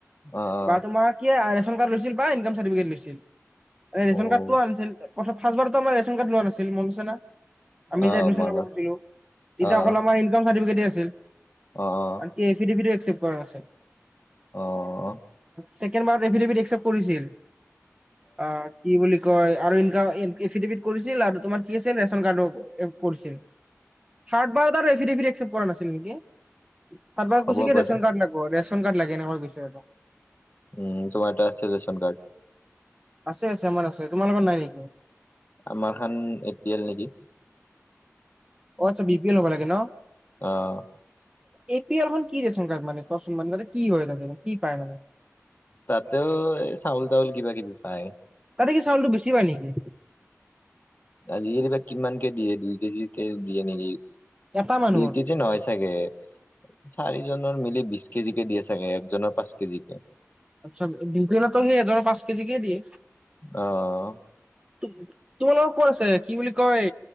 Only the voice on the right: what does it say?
বা তোমাৰ কি ৰেচন কাৰ্ড লৈছিল বা ইনক চাৰট লৈ ৰেচন
কাৰ্ডটো আনিছিল ফাৰ্ষ্টবাৰত টো আমাৰ ৰেচন কাৰ্ড লোৱা নাছিল মনত আছে নে। আমি
যে এডমিছন
লব গৈছিলোঁ, তেতিয়া
অকল আমাৰ ইনকাম চাৰ্টিফিকেট দিয়া আছিল।
আৰু কি এফিডেভিটও একচেপ্ট কৰা নাছিল?
ছেকেণ্ড বাৰত এফিডেভিট একচেপ্ত কৰিছিল। আ কি বুলি কি কয় আৰু এফিডেফিট কৰিছিল আৰু তোমাৰ কি আছিল ৰেচন কাৰ্ডো কৰিছিল থাৰ্ড বাৰ <inaudible> একেপ্ট কৰা নাছে ছিল নেকি তাৰ পৰা
কৈছে কি
ৰেচন কাৰ্ড লাগিব, ৰেচন কাৰ্ড লাগে এনেকৈ কৈছে আৰু
আছে, আছে আমাৰ আছে তোমালোকৰ নাই নেকি
অ' আচ্ছা, বি পি এল হ'ব লাগে ন।
এ পি এলখন কি ৰেচন কাৰ্ড মানে ত মানে মানে কি হয় কি পায় মানে।
তাতে কি চাউলটো বেছি পায় নেকি
এটা মানুহৰ
আচ্ছা, ডিকেলাটোৱেই সেই ধৰ পাঁচ কেজি কে দিয়ে।
তোমালোকৰ কত আছে কি বুলি কয়